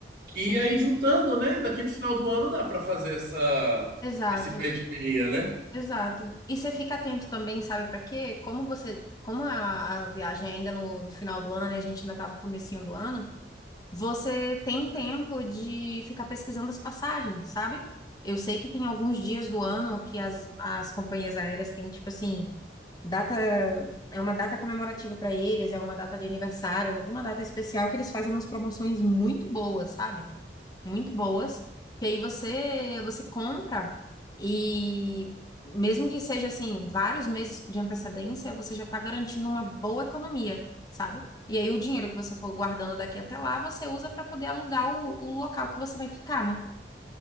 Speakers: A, on the right; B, on the left.
A: que
B: sim.
A: aí juntando, né? Daqui pro final do ano dá para fazer essa,
B: Exato.
A: esse pé de meia, né?
B: Exato. E você fica atento também, sabe para quê? Como você, como a, a viagem é ainda no, no final do ano e a gente ainda tá no comecinho do ano, você tem tempo de ficar pesquisando as passagens, sabe? Eu sei que tem alguns dias do ano que as, as companhias aéreas têm, tipo assim, data, é uma data comemorativa para eles, é uma data de aniversário, é alguma data especial que eles fazem umas promoções muito boas, sabe? muito boas, que aí você você compra e mesmo que seja assim vários meses de antecedência, você já está garantindo uma boa economia, sabe? E aí o dinheiro que você for guardando daqui até lá, você usa para poder alugar o, o local que você vai ficar, né?